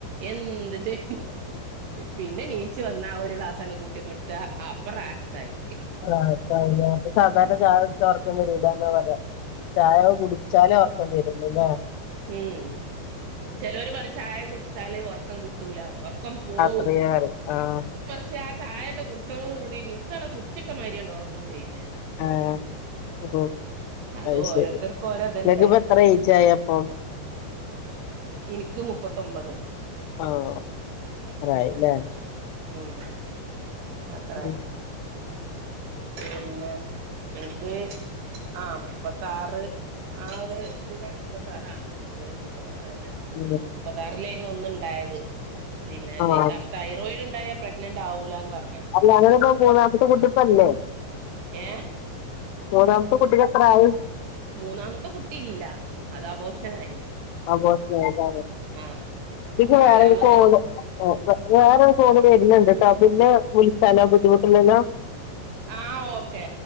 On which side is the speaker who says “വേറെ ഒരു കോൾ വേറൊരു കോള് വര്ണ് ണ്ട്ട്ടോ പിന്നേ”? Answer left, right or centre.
Left